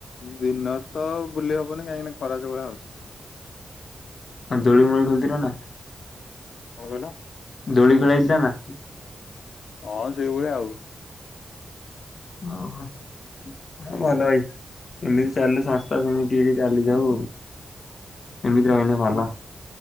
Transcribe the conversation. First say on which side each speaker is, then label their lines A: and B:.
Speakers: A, on the left; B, on the left.
A: ଦିନରେ ତ ବୁଲି ହବନି କାହିଁକିନା ଖରା ଜଉ ଭଳିଆ ହଉଛି।
B: ଆଉ ଦୋଳି ମଳି ଖେଳିଥିଲ ନା?
A: କଣ କହିଲ?
B: ଦୋଳି ଖେଳା ହେଇଥିଲା ନା?
A: ହଁ ସେଇଭଳିଆ ଆଉ।
B: ଓହୋ। ହଁ ଭଲ ଭାଇ ସେମିତି ଚାଲୁ ସଂସ୍ଥା ସେମିତି ଚାଲି ଥାଉ। ସେମିତି ରହିନେ ଭଲ।